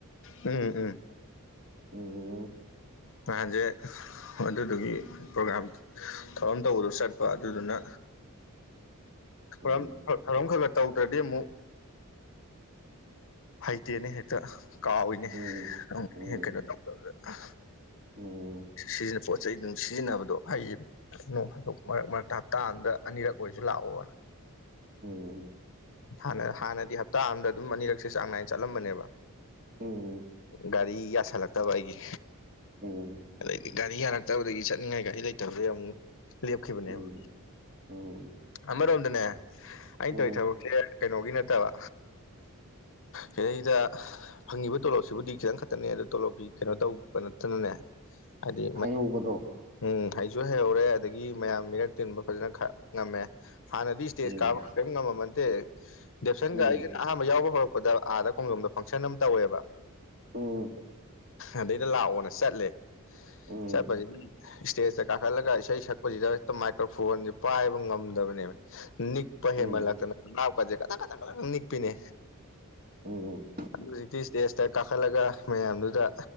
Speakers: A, on the left; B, on the right.
A: ꯎꯝ ꯎꯝ
B: ꯎꯝ
A: ꯅꯍꯥꯟꯖꯦ ꯍꯣꯏ ꯑꯗꯨꯗꯨꯒꯤ ꯄ꯭ꯔꯣꯒꯥꯝ ꯊꯧꯔꯝ ꯇꯧꯕꯗꯣ ꯆꯠꯄ ꯑꯗꯨꯗꯨꯅ ꯊꯧꯔꯝ
B: ꯎꯝ
A: ꯊꯧꯔꯝ ꯈꯒ ꯇꯧꯗ꯭ꯔꯗꯤ ꯑꯃꯨꯛ ꯍꯩꯇꯦꯅꯦ ꯍꯦꯛꯇ ꯀꯥꯎꯋꯤꯅꯦ
B: ꯎꯝ
A: ꯑꯗꯨꯝ
B: ꯎꯝ
A: ꯍꯦꯛ ꯀꯩꯅꯣ ꯇꯧꯗꯕꯗ
B: ꯎꯝ
A: ꯁꯤꯖꯤꯟꯅꯄꯣꯠ ꯆꯩꯗꯨꯝ ꯁꯤꯖꯤꯟꯅꯕꯗꯣ ꯍꯩꯌꯦꯕ ꯅꯣꯡ ꯐꯥꯗꯣꯛ ꯃꯔꯛ ꯃꯔꯛꯇ ꯍꯞꯇꯥ ꯑꯃꯗ ꯑꯅꯤꯔꯛ ꯑꯣꯏꯖꯨ ꯂꯥꯛꯑꯣꯅ
B: ꯎꯝ
A: ꯍꯥꯟꯅ ꯍꯥꯟꯅꯗꯤ ꯍꯞꯇꯥ ꯑꯃꯗ ꯑꯗꯨꯝ ꯑꯅꯤꯔꯛ ꯁꯦ ꯆꯥꯡ ꯅꯥꯏꯅ ꯆꯠꯂꯝꯕꯅꯦꯕ
B: ꯎꯝ
A: ꯒꯥꯔꯤ ꯌꯥꯁꯜꯂꯛꯇꯕ ꯑꯩꯒꯤ
B: ꯑꯣ
A: ꯑꯗꯩꯗꯤ ꯒꯥꯔꯤ ꯌꯥꯔꯛꯇꯕꯗꯒꯤ ꯆꯠꯅꯤꯡꯉꯥꯏ ꯒꯥꯔꯤ ꯂꯩꯇꯕꯗꯒꯤ ꯑꯃꯨꯛ ꯂꯦꯞꯈꯤꯕꯅꯦꯕ
B: ꯎꯝ ꯎꯝ
A: ꯑꯃꯔꯣꯝꯗꯅꯦ ꯑꯩꯅ
B: ꯎꯝ
A: ꯇꯧꯋꯤ ꯊꯕꯛꯁꯦ ꯀꯩꯅꯣꯒꯤ ꯅꯠꯇꯕ
B: <inaudible>
A: ꯁꯤꯗꯩꯗ ꯐꯪꯉꯤꯕ ꯇꯣꯂꯣꯞꯁꯤꯕꯨꯗꯤ ꯈꯤꯇꯪ ꯈꯛꯇꯅꯦ ꯑꯗꯣ ꯇꯣꯂꯣꯞꯀꯤ ꯀꯩꯅꯣ ꯇꯧꯕ ꯅꯠꯇꯅꯅꯦ ꯍꯥꯏꯗꯤ ꯃꯩ
B: ꯇꯧꯕꯗꯣ
A: ꯎꯝ ꯍꯩꯁꯨ ꯍꯩꯍꯧꯔꯦ ꯑꯗꯒꯤ ꯃꯌꯥꯝ ꯃꯤꯔꯛ ꯇꯤꯟꯕ ꯐꯖꯅ ꯈ ꯉꯝꯃꯦ ꯍꯥꯟꯅꯗꯤ ꯏꯁꯇꯦꯖ
B: ꯎꯝ
A: ꯀꯥꯕ ꯀꯔꯤꯝ ꯉꯝꯃꯗꯦ ꯗꯦꯞꯁꯟꯒ
B: ꯎꯝ
A: ꯑꯩꯒꯅ ꯑꯍꯥꯟꯕ ꯌꯥꯎꯕ ꯍꯧꯔꯛꯄ ꯑꯥꯗ ꯈꯣꯡꯖꯣꯝꯗ ꯐꯪꯁꯟ ꯑꯃ ꯇꯧꯋꯦꯕ
B: ꯎꯝ
A: ꯑꯗꯩꯗ ꯂꯥꯛꯑꯣꯅ ꯆꯠꯂꯦ
B: ꯎꯝ
A: ꯆꯠꯄꯁꯤꯗꯤ ꯏꯁꯇꯦꯖꯇ ꯀꯥꯈꯠꯂꯒ ꯏꯁꯩ ꯁꯛꯄꯁꯤꯗ ꯍꯦꯛꯇ ꯃꯥꯏꯀ꯭ꯔꯣꯐꯣꯟꯁꯦ ꯄꯥꯏꯕ ꯉꯝꯗꯕꯅꯦꯕ ꯅꯤ ꯄ
B: ꯎꯝ
A: ꯍꯦꯟꯃꯜꯂꯛꯇꯅ ꯅꯥꯞꯀꯁꯦ ꯅꯤꯛꯄꯤꯅꯦ
B: ꯎꯝ ꯎꯝ
A: ꯑꯗꯨ ꯍꯧꯖꯤꯛꯇꯤ ꯇꯦꯁꯇ ꯀꯥꯈꯠꯂꯒ ꯃꯌꯥꯝꯗꯨꯗ